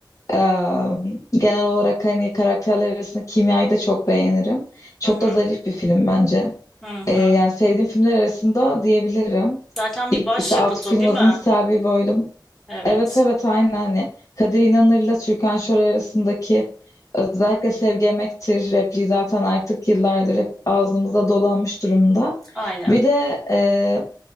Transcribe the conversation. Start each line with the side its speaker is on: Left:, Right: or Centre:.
Left: Ee, genel olarak hani karakterler arasında kimyayı da çok beğenirim. Çok
Centre: Hı hı.
Left: da zarif bir film bence.
Centre: Hı
Left: Ee,
Centre: hı.
Left: yani sevdiğim filmler arasında diyebilirim.
Centre: Zaten
Left: İlk
Centre: bir başyapıt
Left: işte Atıf
Centre: o
Left: Yılmaz'ın
Centre: değil mi?
Left: Selvi Boylum.
Centre: Evet.
Left: Evet evet aynen hani Kadir İnanır'la Türkan Şoray arasındaki özellikle Sevgi Emektir repliği zaten artık yıllardır hep ağzımıza dolanmış durumda.
Centre: Aynen.
Left: Bir de e,